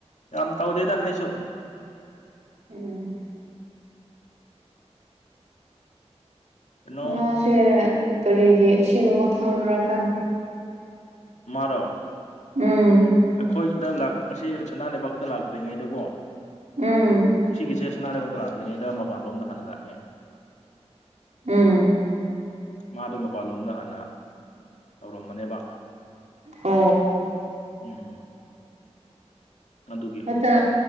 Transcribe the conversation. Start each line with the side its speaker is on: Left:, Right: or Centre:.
Left: ꯌꯥꯝ ꯇꯧꯗꯦꯗ ꯑꯩꯁꯨ
Right: ꯎꯝ
Left: ꯀꯩꯅꯣ
Right: ꯃꯥꯁꯦ ꯀꯔꯤꯒꯤ ꯑꯁꯤꯒꯨꯝꯕ ꯈꯪꯕ꯭ꯔꯥ ꯈꯪ
Left: ꯃꯥꯔꯣ
Right: ꯎꯝ
Left: ꯑꯩꯈꯣꯏꯗ ꯂꯥꯛ ꯑꯁꯤ ꯁꯅꯥ ꯂꯩꯕꯥꯛꯇ ꯂꯥꯛꯇ꯭ꯔꯤꯉꯩꯗꯀꯣ
Right: ꯎꯝ
Left: ꯁꯤꯒꯤꯁꯦ ꯁꯅꯥ ꯂꯩꯕꯛꯇ ꯂꯥꯛꯇ꯭ꯔꯤꯉꯩꯗ ꯃꯄꯥꯟꯂꯣꯝꯗ ꯍꯥꯟꯅ ꯂꯥꯛꯈꯔ꯭ꯦ
Right: ꯎꯝ
Left: ꯃꯥꯗꯣ ꯃꯄꯥꯟꯂꯣꯝꯗ ꯍꯥꯟꯅ ꯇꯧꯔꯝꯕꯅꯦꯕ
Right: ꯍꯣ
Left: ꯎꯝ <unintelligible> ꯑꯗꯨꯒꯤ
Right: ꯑꯠꯆꯥ